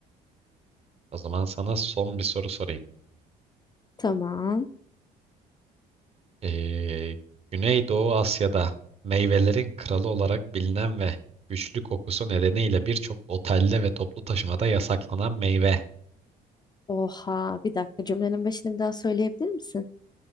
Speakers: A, on the right; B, on the left.
A: O zaman sana son bir soru sorayım.
B: Tamam.
A: Ee, Güneydoğu Asya'da meyvelerin kralı olarak bilinen ve güçlü kokusu nedeniyle birçok otelde ve toplu taşımada yasaklanan meyve.
B: Oha bir dakika cümlenin başını bir daha söyleyebilir misin?